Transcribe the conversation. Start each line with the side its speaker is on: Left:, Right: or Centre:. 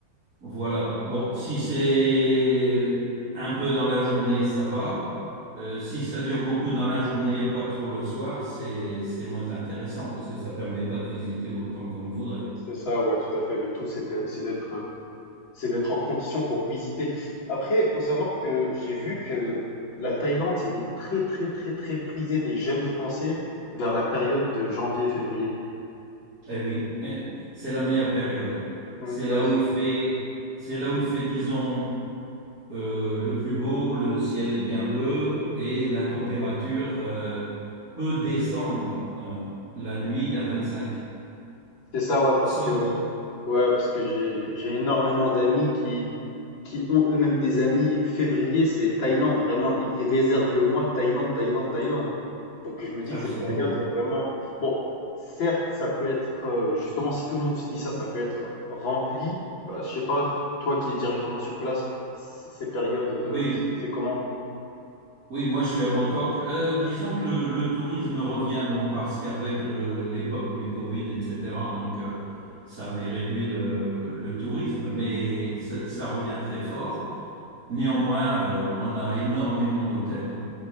Right: Voilà. Bon, si c'est un peu dans la journée, ça va. Euh, si ça dure beaucoup dans la journée, pas trop le soir, c'est c'est moins intéressant parce que ça permet pas de visiter autant qu'on le voudrait.
Left: C'est ça, ouais, tout à fait. Le tout, c'est de- c'est d'être euh, C'est d'être en condition pour visiter. Après, il faut savoir que j'ai vu que la Thaïlande, c'était très, très, très, très prisé des jeunes Français vers la période de janvier-février.
Right: Eh oui, eh, c'est la meilleure période. hein.
Left: Mm,
Right: C'est là
Left: ouais, j'ai-
Right: où il fait, c'est là où il fait, disons, euh, le plus beau, le ciel est bien bleu et la température euh, peut descendre euh, la nuit à 25.
Left: c'est ça, ouais, parce
Right: Sauf
Left: que, ouais, parce que j'ai, j'ai énormément d'amis qui, qui ont eux-mêmes des amis. Février, c'est Thaïlande, vraiment, ils ils réservent le mois Thaïlande, Thaïlande, Thaïlande. Donc je me dis
Right: absolument.
Left: que cette période, il y a vraiment... Bon, certes, ça peut être, euh, justement, si tout le monde se dit ça, ça peut être rempli. Bah, je sais pas, toi qui es directement sur place, c- ces périodes de...
Right: Oui,
Left: C'est comment?
Right: Oui, moi je suis à Bangkok. Euh, disons que le, le tourisme revient, bon, parce qu'avec le- l'époque du Covid, etc., donc euh, ça avait réduit le, le tourisme, mais ça, ça revient très fort. Néanmoins, euh, on a énormément d'hôtels. hein.